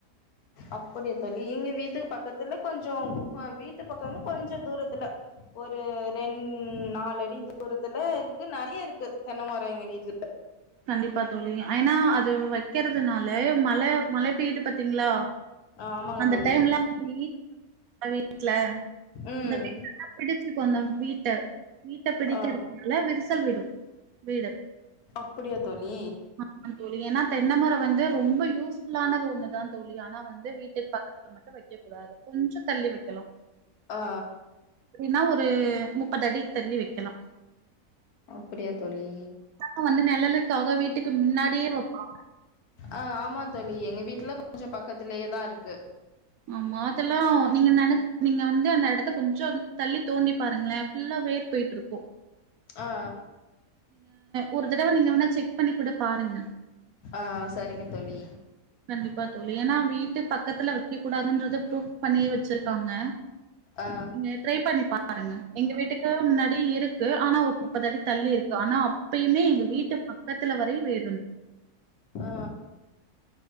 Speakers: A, on the left; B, on the right.
A: அப்படியா தோழி இங்க வீட்டுக்கு பக்கத்துல கொஞ்சோ அ வீட்டு பக்கன கொஞ்ச தூரத்தில ஒரு ரெண் நாலு அடி தூரத்தில இருக்கு நறைய இருக்கு தென்னமரோ எங்க வீட்ல
B: கண்டிப்பா தோழி அய்னா அது வக்கிற துனால மழ மழ பெய்து பாத்தீங்ளா
A: ஆமாங்க
B: அந்த
A: தோழி
B: டைம்லா <inaudible> வீட்ல
A: ம்
B: <inaudible> கொன்ன வீட்ட வீட்ட பிடிக்கிறதுனால
A: ஆ
B: விரிசல் விடும் வீடு
A: ப்பிடியா தோழி
B: ஆமா தோழி ஏனா தென்ன மர வந்து ரொம்ப யூஸ்ஃபுல்லானது ஒண்ணு தா தோழ் ழி ஆனா வந்து வீட்டுக் பக்கத்தில மட்டு வெக் க்க கூடாது கொஞ்சத் தள்ளி வெக்கலா
A: ஆ
B: ஏன்னா ஒர் ரு முப்பது அடி தள்ளி வெக்கலா
A: அப்பிடியா தோழி
B: கு வந்து நெழலுக் க்காக வீட்டுக்கு மின்னாடியே வெப்பாங்க
A: அ ஆமாந் தோழி எங்க வீட்ல கொஞ்சோ பக்கத்துலியே தா இருக்கு
B: ஆமா அதெல்லா நீங்க நெனச் நீங்க வந்து அந்த எடத்த கொஞ்சோ தள்ளி தோண்டி பாருங்ளே ஃபுல்லா வேர் போயிட்ருக்கூ
A: அ ஆ
B: ஒரு தடவ நீங்க வேணா செக் பண்ணி கூடப் பாருங்க
A: ஆ ஆ சரிங்க தோழி
B: கண்டிப்பா தோழி ஏனா வீட்டு பக்கத்தல வைக்க கூடாதுன்றது ஃப்ரூஃப் பண்ணியே வெச்சிருக்காங்க
A: ஆ
B: ங்க ட்ரை பண்ணி பாருங்க எங்க வீட்டுக்கு கு முன்னாடி இருக்கு ஆனா ஒரு முப்பது அடி தள்ளி இருக்கு ஆனா அப்பியுமே எங்க வீட்டு பக்கத்தல வரையு வேர் வந்
A: ஆ